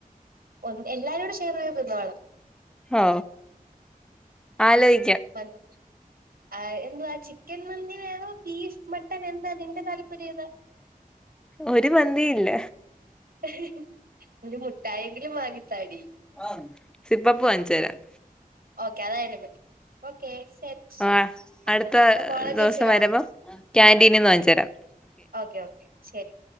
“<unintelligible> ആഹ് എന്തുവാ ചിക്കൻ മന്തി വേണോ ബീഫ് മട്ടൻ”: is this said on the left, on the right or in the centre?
Right